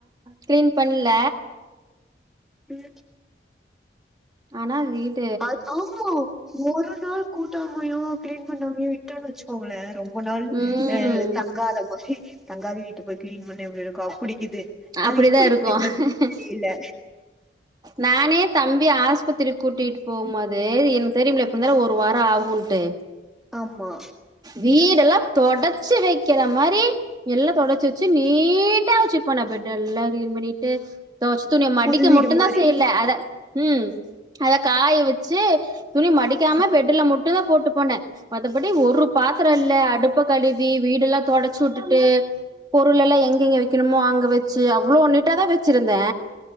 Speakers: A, on the right; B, in the centre.
A: கிளீன் பண்ல
B: ம்
A: ஆனா வீட்
B: அது ஆமா ஒரு நாள் கூட்டாமயோ கிளீன் பண்ணாமயோ விட்டன்னு வச்சுக்கோங்களே ரொம் ஒரு நாள்
A: ம்
B: ஆ தங்காத மாரி தங்காத வீட்ட போய் கிளீன் பண்ணா எப்டி இருக்கு அப்டி கிது அது
A: அப்படிதா
B: எப்டி இப்டி
A: இருக்கு
B: வரும்னு தெரில
A: நானே தம்பி ஆஸ்பத்திரி கூட்டிட்டு போம்போது எனக்கு தெரியும்ல எப்டிந்தாலு ஒரு வாரோ ஆகுண்ட்டு
B: ஆமா
A: வீடெல்லா தொடச்சு வைக்கிற மாரி எல்லா தொடச்சு வச்சு நீட்டா வச்சுப் போ நா பெட்டெல்லா கிளீன் பண்ணிட்டு தொவச்ச துணியை மடிக்க
B: புது வீடு
A: மட்டுதா
B: மாரி
A: செய்யல அத ம் அத காய வெச்சு துணி மடிக்காம
B: ம்
A: பெட்டுல மட்டு தா போட்டு போனே மத்தபடி ஒரு பாத்தரே இல்ல அடுப்ப கழுவி வீடல்லா தொடச்சு உட்டுட்டு பொருளெல்லா எங்கே வைக்கணுமோ அங்க வச்சு அவ்ளோ நீட்ட தா வச்சிருந்தே